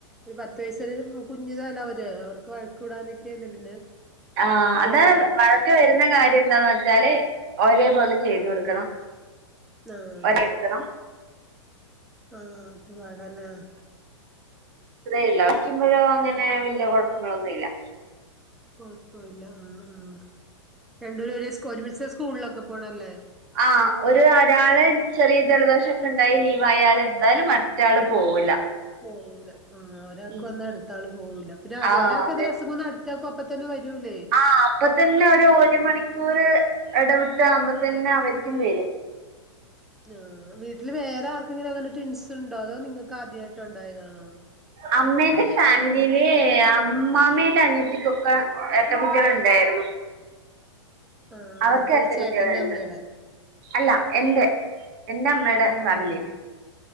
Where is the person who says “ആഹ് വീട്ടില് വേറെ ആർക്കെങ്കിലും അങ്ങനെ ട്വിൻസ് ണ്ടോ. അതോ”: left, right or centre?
Centre